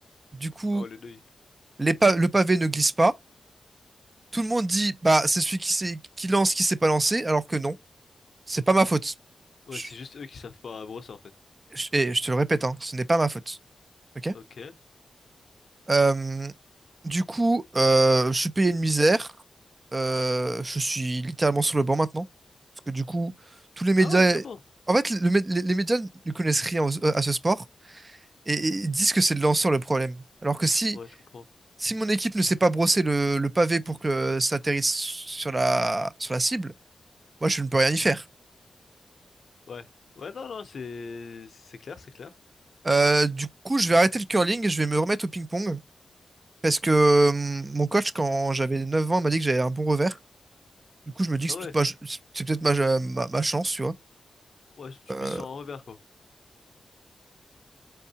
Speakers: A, on the right; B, on the left.
A: Du coup,
B: Ah ouais, le deuil.
A: les pa- le pavé ne glisse pas. Tout le monde dit, bah, c'est celui qui sait, qui lance, qui s'est pas lancé, alors que non, c'est pas ma faute.
B: Ouais,
A: Je,
B: c'est juste eux qui savent pas brosser en fait.
A: je- et je te le répète, hein, ce n'est pas ma faute. Ok?
B: Ok.
A: Euh, du coup, euh, je suis payé une misère. Euh, je suis littéralement sur le banc maintenant. Parce que du coup, tous les médias.
B: Ah ouais, carrément.
A: En fait, le mé- les les médias ne connaissent rien aux- à ce sport. et, et disent que c'est le lanceur le problème. Alors que si,
B: Ouais, je comprends.
A: si mon équipe ne sait pas brosser le, le pavé pour que ça atterrisse sur la, sur la cible, moi je ne peux rien y faire.
B: Ouais. Ouais, non, non, c'est, c'est clair, c'est clair.
A: Euh, du coup, je vais arrêter le curling et je vais me remettre au ping-pong. Parce que euh, mon coach, quand j'avais 9 ans, m'a dit que j'avais un bon revers. Du coup, je me dis que
B: Ah ouais.
A: c'est peut-être ma, ch- c'est peut-être ma, ma- ma chance, tu vois.
B: Ouais, tu
A: Euh,
B: mises sur un revers, quoi.